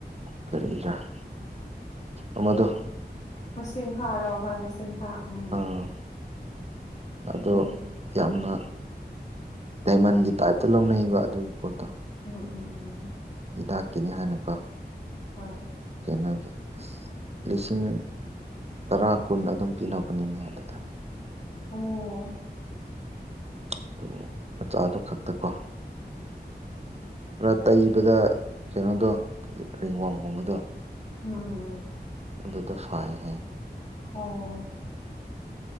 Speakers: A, on the right (about 35°); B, on the left (about 40°).
A: ꯀꯔꯤꯒꯔ ꯑꯃꯗꫭ
B: ꯃꯁꯤꯡ ꯈꯥꯔꯣ ꯍꯣꯏ ꯃꯁꯤꯡ ꯈꯥ ꯎꯝ
A: ꯑꯥ ꯑꯗꯣ
B: ꯎꯝ
A: ꯌꯥꯝꯅ ꯗꯥꯏꯃꯟꯒꯤ ꯇꯥꯏꯞꯇ ꯂꯧꯅꯩꯕ ꯑꯗꯨꯝ ꯄꯣꯠꯇꯣ
B: ꯎꯝ ꯎꯝ ꯎꯝ
A: ꯍꯤꯗꯥꯛꯀꯤꯅꯤ ꯍꯥꯏꯅꯀꯣ
B: ꯍꯣꯏ
A: ꯀꯩꯅꯣꯒꯤ ꯑꯁ ꯂꯤꯁꯤꯡ ꯇꯔꯥ ꯀꯨꯟ ꯑꯗꯨꯝ ꯄꯤꯅꯕꯅꯤꯅꯦ ꯑꯗꯨꯗ
B: ꯑꯣ
A: ꯑꯗꯨꯕꯨ ꯃꯆꯥꯗꯨ ꯈꯛꯇꯀꯣ
B: ꯎꯝ
A: ꯔꯠ ꯇꯩꯕꯗ ꯀꯩꯅꯣꯗꯣ ꯔꯤꯡꯋꯥꯝꯒꯨꯝꯕꯗꯣ
B: ꯎꯝ
A: ꯑꯗꯨꯗꫭ ꯐꯥꯏ ꯍꯥꯏ
B: ꯑꯣ